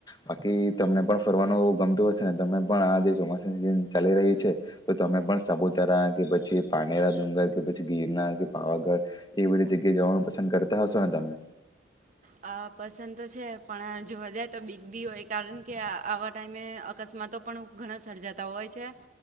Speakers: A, on the left; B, on the right.
A: બાકી તમને પણ ફરવાનું એવું ગમતું હશે ને તમે પણ આ જે ચોમાસાની સિઝન ચાલી રહી છે તો તમે પણ સાપુતારા કે પછી પાનેરા ડુંગર કે પછી ગિરનાર કે પાવાગઢ એ બધી જગ્યાએ જવાનું પસંદ કરતા હશો ને તમે
B: અ પસંદ તો છે પણ જોવા જાય તો બિગ બી હો એ કારણ કે આવા ટાઈમે અકસ્માતો પણ ઘણા સર્જાતા હોય છે